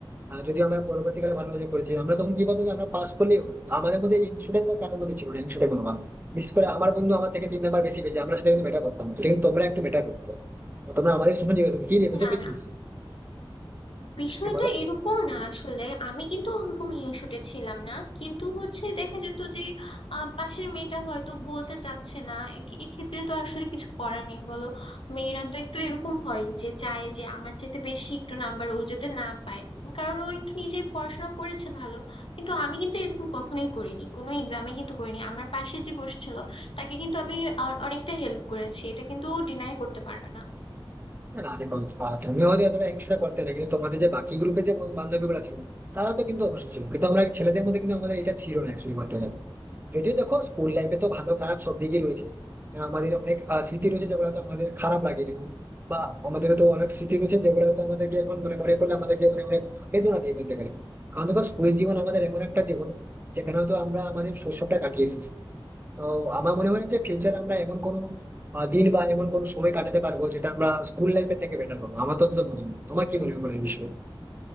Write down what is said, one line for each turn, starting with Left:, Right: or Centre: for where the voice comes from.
Right: আর যদিও আমরা পরবর্তীকালে ভালো রেজাল্ট করেছি আমরা তখন কি বলতো যে আমরা পাস করলেই হলো আমাদের মধ্যে ইনস্টুডেন্ট কারোর মধ্যে ছিল না ইনস্টুডেন্ট কোনো ভাব। বিশেষ করে আমার বন্ধু আমার থেকে তিন নাম্বার বেশি পেয়েছে আমরা সেটা কিন্তু মেটার করতাম না। সেটা কিন্তু তোমরা একটু মেটার করতো তোমরা আমাদের সময় জিজ্ঞেস করতো কি রে কত
Left: না
Right: পেয়েছিস
Left: না বিষয়টা
Right: আমি বলো
Left: এরকম না আসলে আমি কিন্তু ওরকম হিংসুটে ছিলাম না কিন্তু হচ্ছে দেখা যেত যে আহ, পাশের মেয়েটা হয়তো বলতে চাচ্ছে না এ- এক্ষেত্রে তো আসলে কিছু করার নেই বলো মেয়েরা তো একটু এরকম হয় যে চায় যে আমার যেতে বেশি একটু নাম্বার ও যেতে না পায় কারণ ও একটু নিজেই পড়াশোনা করেছে ভালো কিন্তু আমি কিন্তু এরকম কখনোই করিনি কোনো এক্সামে কিন্তু করিনি আমার পাশে যে বসেছিল তাকে কিন্তু আমি অ- অনেকটা হেল্প করেছি এটা কিন্তু ও ডিনাই করতে পারবে না
Right: না না দেখো আহ, তুমি হয়তো এতটা হিংসা করতে না কিন্তু তোমাদের যে বাকি গ্রুপে যে বান্ধবী গুলো ছিল তারা তো কিন্তু অবশ্যই ছিল কিন্তু আমরা ছেলেদের মধ্যে কিন্তু আমাদের এটা ছিল না অ্যাকচুয়ালি করতে গেলে যদিও দেখো স্কুল লাইফে তো ভালো খারাপ সব দিকই রয়েছে আহ আমাদের অনেক আহ, স্মৃতি রয়েছে যেগুলো হয়তো আমাদের খারাপ লাগে এখন। বা আমাদের তো অনেক স্মৃতি রয়েছে যেগুলো হয়তো আমাদেরকে এখন মানে মনে পড়লে আমাদেরকে মানে অনেক বেদনা দিয়ে বলতে গেলে কারণ দেখো স্কুল জীবন আমাদের এমন একটা জীবন যেখানে হয়তো আমরা আমাদের শৈশবটা কাটিয়ে এসেছি তো আমার মনে হয় যে ফিউচারে আমরা এমন কোনো আহ, দিন বা এমন কোনো সময় কাটাতে পারবো যেটা আমরা স্কুল লাইফের থেকে বেটার পাবো আমার তো অন্তত মনে হয় তোমার কি মনে হয় বলো এই বিষয়ে